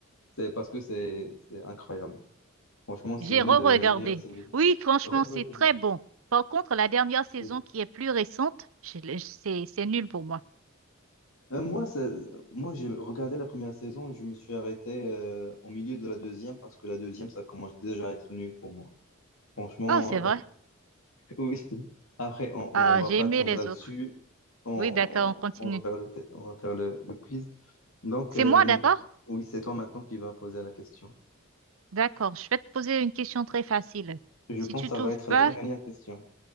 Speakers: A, on the left (about 75°); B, on the right (about 70°).
A: C'est parce que c'est c'est incroyable. Franchement, c'est
B: J'ai
A: l'une
B: re-regardé.
A: de mes meilleures séries.
B: Oui, franchement,
A: Re-regardez.
B: c'est très bon. Par contre, la dernière saison
A: Oui.
B: qui est plus récente, je l'ai- c'est c'est nul pour moi.
A: Euh, moi, ça- moi j'ai regardé la première saison et je me suis arrêté euh, au milieu de la deuxième parce que la deuxième, ça commence déjà à être nul pour moi. Franchement,
B: Oh, c'est vrai.
A: Oui. Après, on,
B: Ah,
A: on va
B: j'ai
A: pas
B: aimé
A: tarder
B: les
A: là-dessus.
B: autres.
A: On,
B: Oui, d'accord, on continue.
A: on va faire le, te- on va faire le, le quiz. Donc,
B: C'est
A: euh,
B: moi, d'accord?
A: oui, c'est toi maintenant qui vas poser la question.
B: D'accord, je vais te poser une question très facile.
A: Je
B: Si
A: pense
B: tu
A: que ça
B: trouves
A: va être
B: pas,
A: la dernière question.